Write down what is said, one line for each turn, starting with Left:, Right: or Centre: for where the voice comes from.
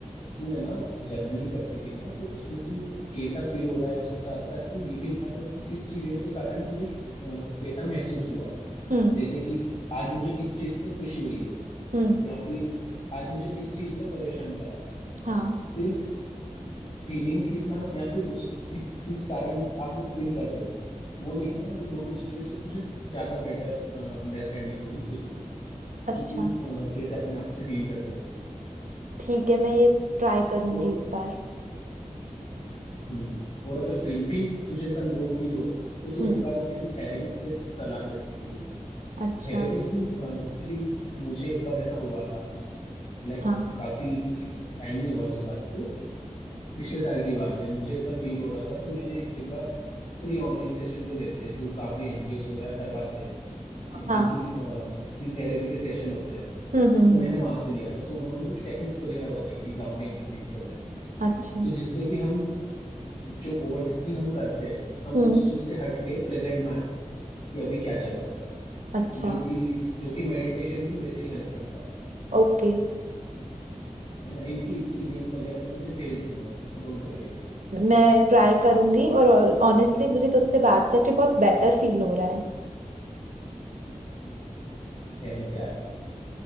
Left: तू है ना जर्नलिंग करती थी ना तो उसमें तू कैसा फील हो रहा है उसके साथ साथ तू ये भी लिखा कर कि किस चीजों के कारण तुझे कि- अ, कैसा महसूस हुआ
Right: हम्म
Left: जैसे कि आज मुझे इस चीज से खुशी हुई है
Right: हम्म
Left: या फिर आज मुझे इस चीज ने परेशान करा है
Right: हाँ
Left: सिर्फ फीलिंग्स लिखना या फिर उस किस किस कारण आप वो फील कर रहे हो वो लिखना ये दोनों चीजों से तुझे ज्यादा बेटर अंडरस्टैंडिंग होगी खुद की
Right: अच्छा
Left: कि तू अ, कैसे अपने आप से डील कर सकती है
Right: ठीक है मैं ये ट्राई करूंगी
Left: और
Right: इस बार
Left: हम्म और अगर फिर भी तुझे ऐसा लो फील हो तो तू
Right: हम्म
Left: एक बार किसी थेरेपिस्ट से सलाह ले सकती है
Right: अच्छा
Left: थेरेपिस्ट भी अ, जैसे कि मुझे एक बार ऐसा हुआ था लाइक
Right: हाँ
Left: काफी टाइम नहीं हुआ है उस बात को पिछले साल की बात है मुझे ऐसा फील हो रहा था तो मैंने एक बार फ्री ऑनलाइन सेशन जो रहते हैं जो काफी एनजीओस वगैरह करवाते हैं
Right: हाँ
Left: जिनकी फ्री थेरेपी के सेशन होते हैं
Right: हम्म हम्म
Left: तो
Right: हम्म,
Left: मैंने वहां से लिया था तो उन्होंने कुछ टेक्निक्स वगैरह बताई थी ग्राउंडिंग टेक्निक्स वगैरह
Right: अच्छा
Left: तो जिससे कि हम जो ओवर थिंकिंग हम करते हैं हम
Right: हम्म
Left: उस चीज से हट के प्रेजेंट में आ जाते हैं कि अभी क्या चल रहा है
Right: अच्छा
Left: जो कि जो कि मेडिटेशन भी वैसे ही हेल्प करता है
Right: ओके
Left: है ना इनकी इसकी लिंक वगैरह मैं तुझे भेज दूंगा Don't worry
Right: मैं ट्राई करूंगी और ऑनेस्टली मुझे तुझसे बात करके बहुत बेटर फील हो रहा है
Left: थैंक्स यार